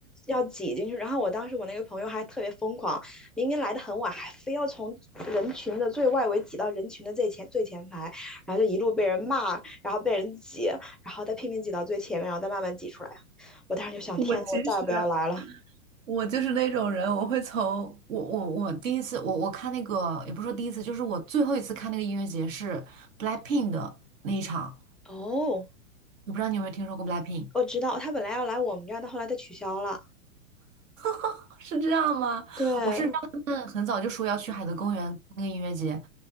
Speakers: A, in the centre; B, on the right (about 70°).
A: 要挤进去。然后我当时我那个朋友还特别疯狂，明明来的很晚，还非要从人群的最外围挤到人群的最前最前排，然后就一路被人骂，然后被人挤，然后再拼命挤到最前面，然后再慢慢挤出来。我当时就想，
B: 我其实
A: 天呐我再也不要来了。
B: 我就是那种人，我会从我我我第一次我我看那个也不是说第一次，就是我最后一次看那个音乐节是 BLACKPINK 的那一场，
A: 哦，
B: 我不知道你有没有听说过 BLACKPINK，
A: 我知道他本来要来我们这儿，但后来他取消了。
B: <laughs> 是这样吗？
A: 对，呃
B: 嗯，很早就说要去海德公园那个音乐节，